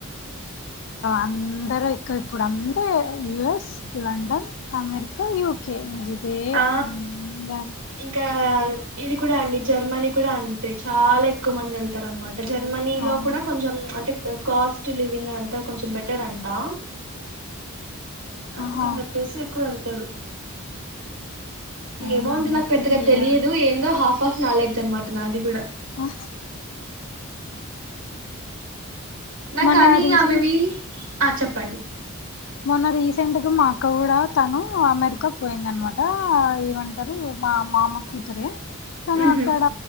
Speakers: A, on the left; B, on the right.
A: అందరు ఇకా ఇప్పుడు అందర్ యుఎస్ లండన్ అమెరికా యూకే ఇదే
B: ఆ
A: అందరు
B: ఇంకా ఇది కూడా అండి జర్మనీ కూడా అంతే చాలా ఎక్కువ మంది వెళ్తారు అనమాట జర్మనీ
A: అవును
B: లో కూడా కొంచెం అంటే కాస్ట్ లివింగ్ కొంచెం బెటర్ అంటా అందుకని
A: ఆహా
B: చెప్పేసి ఎక్కువ వెళ్తారు
A: అవునండి
B: ఏమో అండి నాకు పెద్దగా తెలియదు
A: ఏం
B: ఏందో హాఫ్ హాఫ్ నాలర్డ్జ్ అనమాట నాది కూడా
A: ఆ
B: నాకు
A: మొన్న
B: కానీ
A: రీసెంట్
B: ఆమెవీ ఆ చెప్పండి
A: మొన్న రీసెంట్గా మా అక్క కూడా తను అమెరికాకు పోయింద అనమాట ఏమంటారు మా మామ కూతురే తను
B: ఉహు,
A: అక్కడ